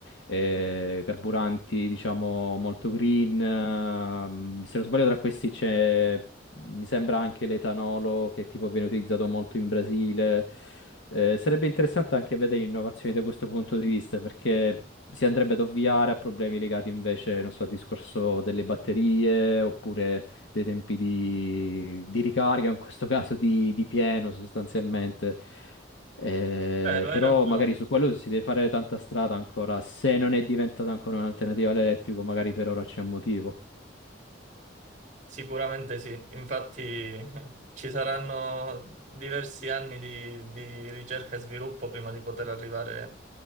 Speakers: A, on the left (about 75°); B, on the right (about 40°).
A: eh, carburanti, diciamo, molto green. ehm, se non sbaglio, tra questi c'è, mi sembra anche l'etanolo che tipo viene utilizzato molto in Brasile. Eh, sarebbe interessante anche vedere innovazioni da questo punto di vista, perché si andrebbe ad ovviare a problemi legati invece, non so, al discorso delle batterie oppure dei tempi di, di ricarica, in questo caso di, di pieno sostanzialmente. Eh,
B: vero,
A: però
B: hai ragione,
A: magari su quello si deve fare tanta strada ancora. Se non è diventata ancora un'alternativa all'elettrico, magari per ora c'è un motivo,
B: Sicuramente sì, infatti <laughs> ci saranno diversi anni di, di ricerca e sviluppo prima di poter arrivare